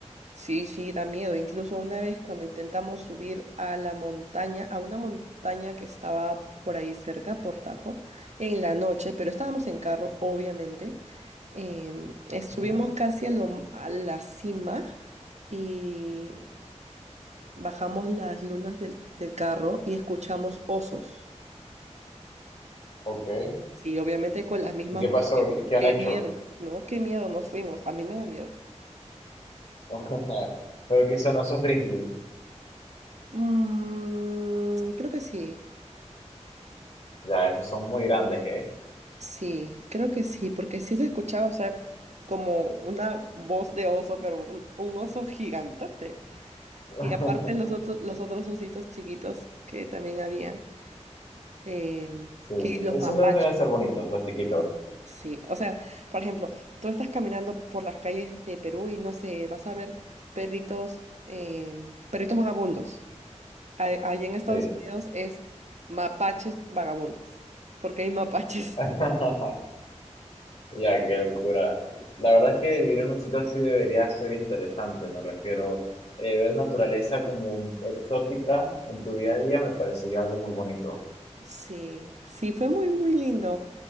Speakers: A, on the right; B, on the left.
A: Sí, sí, da miedo. Incluso una vez cuando intentamos subir a la montaña, a una montaña que estaba por ahí cerca, por Tajo, en la noche, pero estábamos en carro, obviamente. em, eh,
B: Ujú,
A: subimos casi a, lo- m- a la cima y bajamos las lunas del, del carro y escuchamos osos.
B: Ok.
A: Sí, obviamente con las mismas
B: ¿Y qué
A: nos
B: pasó?
A: fuimos.
B: ¿Qué, qué han
A: Qué
B: hecho?
A: miedo, ¿no? Qué miedo nos fuimos. A mí me da miedo.
B: <laughs> Pero que son osos grizzly.
A: Mm, creo que sí.
B: Ya, esos son muy grandes, ¿eh?
A: Sí, creo que sí, porque sí se escuchaba, o sea, como una voz de oso, pero un, un oso gigantote.
B: <laughs>
A: Y aparte los otros, los otros ositos chiquitos que también habían, em,
B: Sí.
A: que los
B: Esos
A: mapaches.
B: deben ser bonitos, los chiquitos.
A: Sí, o sea, por ejemplo, tú estás caminando por las calles de Perú y no sé, vas a ver perritos, em, perritos vagabundos. A- Allí en Estados
B: Sí.
A: Unidos es mapaches vagabundos, porque hay mapaches.
B: <laughs> Ya, qué locura. La verdad es que vivir en un sitio así debería ser interesante, me refiero. eh, ver naturaleza como exótica en tu día a día me parecería algo muy bonito.
A: Sí, sí, fue muy, muy lindo.